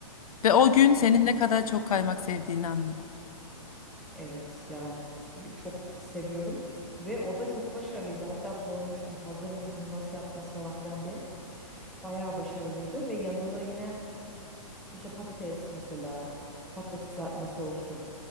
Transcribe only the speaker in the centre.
Yani
evet yani Y- çok seviyorum ve o da çok başarılıydı. Hatta sormuştum hazır mı bunu nasıl yaptınız falan filan diye. Bayağı başarılıydı ve yanında yine İşte patates mesela patates kızartması olsun.